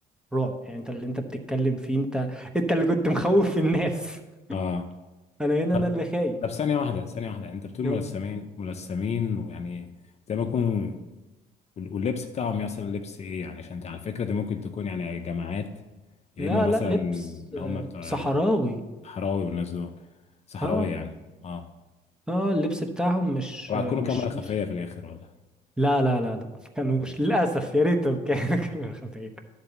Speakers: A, in the centre; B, on the left.
A: رعب يعني انت اللي انت بتتكلم فيه انت انت اللي كنت مخوف الناس
B: اه
A: <laughs> انا هنا
B: طب
A: انا اللي خايف
B: طب ثانية واحدة ثانية واحدة انت بتقول
A: نو-
B: ملثمين ملثمين ويعني زي ما يكون وال- واللبس بتاعهم مثلا لبس ايه يعني عشان انت على فكرة دي ممكن تكون يعني جماعات يا
A: لا
B: اما مثلا
A: لا لبس
B: اللي
A: آه،
B: هم بتوع
A: صحراوي
B: الصحراوي والناس دول صحراوية
A: اه
B: يعني اه
A: اه اللبس بتاعهم مش
B: وهتكونوا
A: آه، مش
B: كاميرا خفية
A: مش
B: في الآخر ولا
A: لا لا لا لا كانوش
B: آه.
A: للاسف يا ريتهم كانوا <laughs> كانوا خفيف